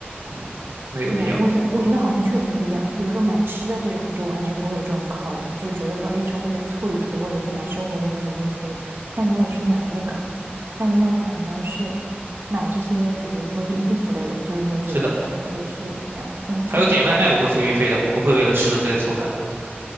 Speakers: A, on the right (about 80°); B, on the right (about 65°).
A: 嗯，没有必要。
B: 对吧？我觉我觉得好像确实是不一样。就比如说买吃的这种，你就完全不会有这种考量，就是觉得说，哎，稍微再凑一凑，或者说买生活用品，你会凑一凑。但如果是买那个，但如果反而是买这些，比如说是衣服类的，就是说觉得说，
A: 是的，
B: 哎，也是这样，哎，确实有道理。
A: 还有点外卖我会付运费的，我不会为了吃的再凑单。